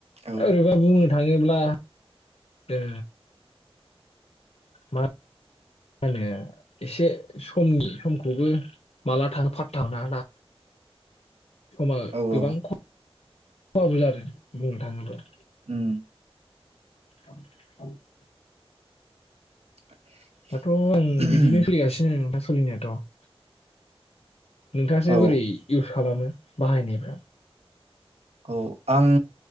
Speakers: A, on the right; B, on the left.
A: औ
B: ओरैबाबो बुंनो थाङोब्ला ओ मा होनो एसे समनि समखौबो माला थांङो फाथा मोना ना
A: <inaudible>
B: समा
A: औ
B: गोबां
A: औ
B: <unintelligible> खहाबो जादों बुंनो थाङोब्ला
A: ओम
B: <inaudible>
A: <inaudible>
B: दाथ' आं
A: उम
B: बिदिनो सोलिगासिनो सोलिनायाथ' नोंथासो
A: औ
B: बोरै इउस खालामो बाहायनायफ्रा
A: औ आं